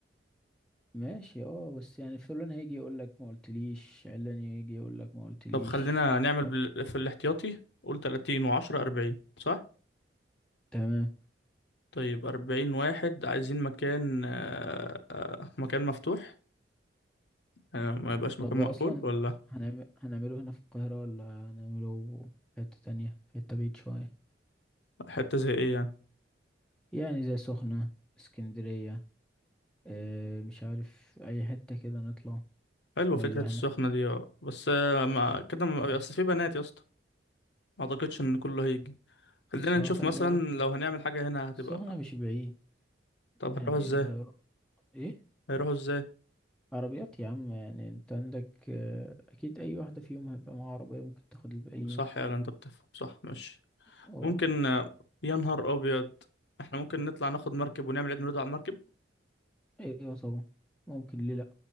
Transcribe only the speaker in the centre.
ماشي اه بس يعني فلان هيجي يقولك ما قلتليش علان يجي يقولك ما قلتليش
مش عارف
تمام
طب هو
اصلا
هنعمل هنعمله هنا في القاهرة ولا هنعمله في حتة تانية في حتة بعيد شوية
يعني زي سخنة اسكندرية اه مش عارف اي حتة كده نطلع
ولا
هنا
بس هو
خلي
بالك
السخنة مش بعيد
يعني
اللي هيرو- ايه
عربيات يا عم يعني انت عندك اه اكيد اي واحدة فيهم هيبقى معاها عربية ممكن تاخد الباقيين
اه
ايوه طبعا ممكن ليه لأ